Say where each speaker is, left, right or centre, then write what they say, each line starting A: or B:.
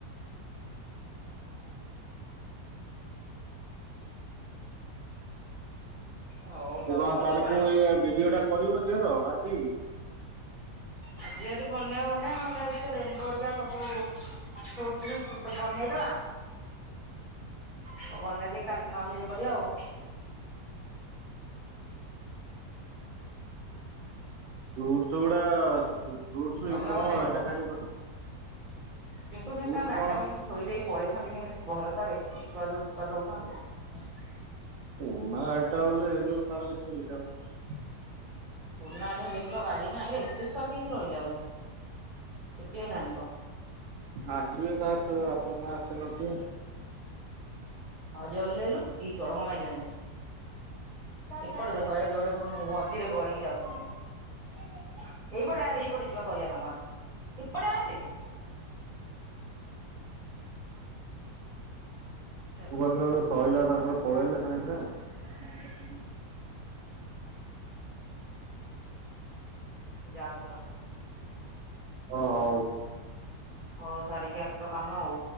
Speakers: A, on the right; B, on the right.
A: ଆଁ ହଉ ଯାଉଛି
B: କଣ
A: ତା
B: ତାରକୁ
A: ଟିକେ ପାଣି ପିଇବି।
B: ଏ ଭିଡିଓ ଟା କରିବ ଝିଅର ଆଜି।
A: ଆଜି ଯଦି ବନିଆ ବନିଆ ନହେଲେ ସେ ରେନବୋ ହେରିକା ସବୁ ତୋଠୁ ଛୋଟ ବନେଇଦବା। ହଉ ବନେଇ ଦେଇ କାଲି ନହେଲେ ଇଏ କରିବା ଆଉ।
B: ଫୁଡସ ଗୁଡା ଫୁଡସ
A: ତମେ
B: ଇଏ କଣ
A: ବନେଇଦବ।
B: ଏଇଟା ଖାଲି।
A: ରିଙ୍କୁ କିଇନ୍ତି
B: ଫ୍ରୁଟସ
A: ତାଙ୍କ ଗାଟାକୁ
B: କଣ
A: କେମତି ଥୋଇ ଦେଇ ପଳେଇଛନ୍ତି କିଇନ୍ତି। ବରସାରେ ଏ ଛୁଆ ଯୋଉ ଉତ୍ପାତ ହଉଛନ୍ତି।
B: ପୂରୁଣା ଏଟା ହେଲେ ଏ ତାର <unintelligible>
A: ପୁରୁଣା ଗାଡ଼ି ହେଲେ ବି ତ ଗାଡି ନାହିଁରେ। ଏତେ ଛୁଆ କେମତି ରହିଲେ ଆହୁରି। ଛୁଟି ହେଲାଣିତ।
B: ଆସିବେ <unintelligible> ଆପଣଙ୍କର ଆସିନଥିବେ?
A: ଓଲହେଇଲୁ ଏଇ ଚଡକ ମାଇଲାଣି। ଏପଟେ ଦେଖ ଏଟା କି ଗୋଟେ ମଝିରେ ଗଳିକି ଯାଉଛନ୍ତି। ଏଇପଟେ ଆ ଏଇପଟେ ଯିବା କହିବା ତାଙ୍କୁ ଆ ଏପଟେ ଆସେ। <inaudible> ଚଲୋ
B: ମୁଁ କହିଲି ତାଙ୍କର ସଇଲା ତାଙ୍କର ପଳେଇଲେ ସାଙ୍ଗେ ସାଙ୍ଗେ।
A: ଯାଉଚି ର।
B: ହଉ।
A: ହଉ ସାରିକି ଆସ କାମ ଆଉ